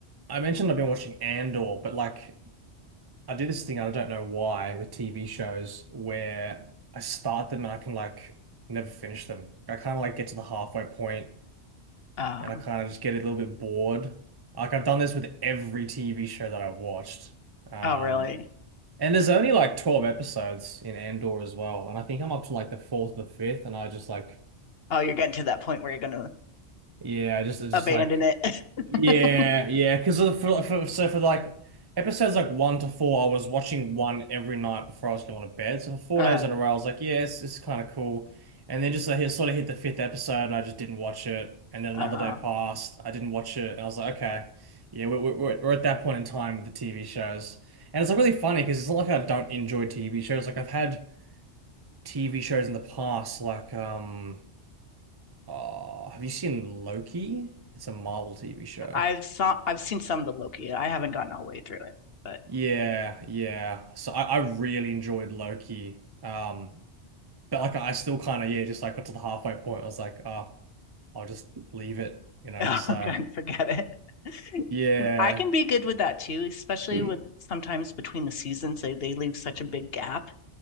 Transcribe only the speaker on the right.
I mentioned I've been watching Andor, but like I do this thing, I don't know why, with TV shows where I start them and I can like never finish them. I kind of like get to the halfway point
and I kind of just get a little bit bored. Like I've done this with every TV show that I've watched. Um,
and there's only like 12 episodes in Andor as well. And I think I'm up to like the fourth or the fifth and I just like,
yeah, I just, I just
like,
Yeah, yeah, because for, for so for like episodes like one to four, I was watching one every night before I was going to bed. So for four
days in a row, I was like, yeah, it's, it's kind of cool. And then just like it sort of hit the fifth episode, and I just didn't watch it. And then another
day passed, I didn't watch it, and I was like, okay, yeah, we're we're, we're at that point in time with the TV shows, and it's like really funny because it's not like I don't enjoy TV shows. Like I've had TV shows in the past, like um, oh, have you seen Loki? It's a Marvel TV show.
Yeah, yeah. So I, I really enjoyed Loki. Um, but like I still kind of yeah, just like got to the halfway point. I was like, oh, I'll just leave it,
you know.
So
yeah.
<clears throat>